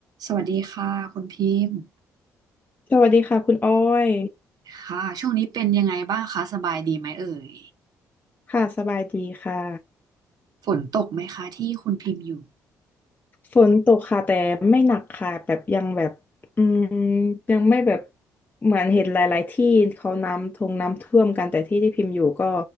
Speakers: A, on the right; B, on the left.
A: สวัสดีค่ะคุณพิมพ์
B: สวัสดีค่ะคุณอ้อย
A: ค่ะช่วงนี้เป็นยังไงบ้างคะสบายดีไหมเอ่ย
B: ค่ะสบายดีค่ะ
A: ฝนตกไหมคะที่คุณพิมพ์อยู่
B: ฝนตกค่ะแต่ไม่หนักค่ะแบบยังแบบอืมยังไม่แบบเหมือนเห็นหลายๆที่เขาน้ำทงน้ำท่วมกันแต่ที่ที่พิมพ์อยู่ก็